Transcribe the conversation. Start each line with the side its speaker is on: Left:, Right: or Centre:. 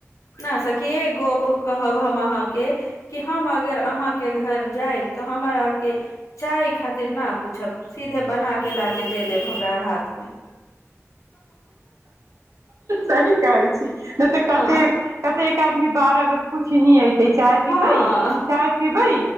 Left: न सखी एक गोप कहब हम अहाँ के कि हम अगर अहाँके घर जायब तऽ हमरा के चाय खातिर न पूछब सीधे बना के ला के दे देब हम आर हाथमे
Right: सही कहै छी नै तऽ कतेक
Left: हँ
Right: कतेक आदमी बारह बेर पुछही ऐतै चाय पीबै
Left: हँ
Right: चाय पीबै